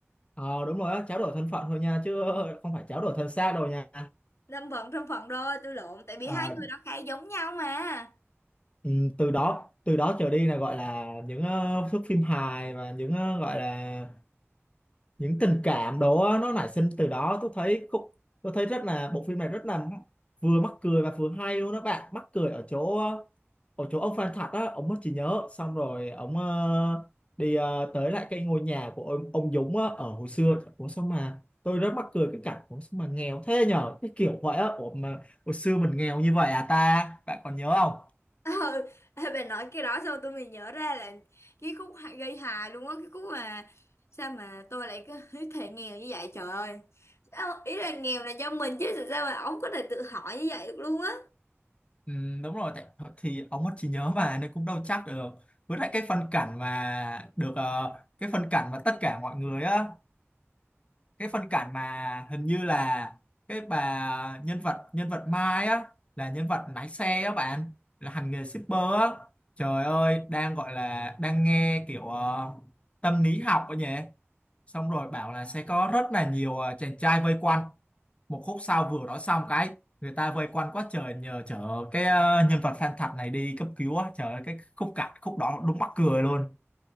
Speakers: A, on the left; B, on the left.
A: ờ đúng rồi á tráo đổi thân phận thôi nha chứ không phải tráo đổi thân xác đâu nha
B: thân phận thân phận rồi tôi lộn tại vì
A: Ờ,
B: hai người đó khá giống nhau mà
A: Ừ, từ đó từ đó trở đi là gọi là những ờ, thước phim hài và những ờ, gọi là những tình cảm đó á, nó nảy sinh từ đó tôi thấy cũng tôi thấy rất là bộ phim này rất là vừa mắc cười và vừa hay luôn đó bạn mắc cười ở chỗ ờ, ở chỗ ông Phan Thật á ông mất trí nhớ xong rồi ông ờ, đi ờ, tới lại cái ngôi nhà của ông, ông Dũng á, ở hồi xưa ủa sao mà tôi rất mắc cười cái cảnh ủa sao mà nghèo thế nhở cái kiểu vậy á ủa mà hồi xưa mình nghèo như vậy à ta bạn còn nhớ không
B: ờ ê, bà nói cái đó sao tôi mới nhớ ra là cái khúc hà- gây hài luôn á cái khúc mà sao mà tôi lại cứ <laughs> thể nghèo như vậy trời ơi sao, ý là nghèo là do mình chứ sao mà ông có thể tự hỏi như vậy được luôn á
A: Ừ, đúng rồi tại thì ông mất trí nhớ mà nên cũng đâu chắc được với lại cái phân cảnh mà được ờ, cái phân cảnh mà tất cả mọi người á cái phân cảnh mà hình như là cái bà nhân vật nhân vật Mai á là nhân vật lái xe á bạn là hành nghề shipper á trời ơi đang gọi là đang nghe kiểu ờ, tâm lý học ấy nhỉ xong rồi bảo là sẽ có rất là nhiều ờ, chàng trai vây quanh một khúc sau vừa nói xong cái người ta vây quanh quá trời nhờ chở cái ờ, nhân vật fan thật này đi cấp cứu á trời ơi cái khúc cảnh khúc đó đúng mắc cười luôn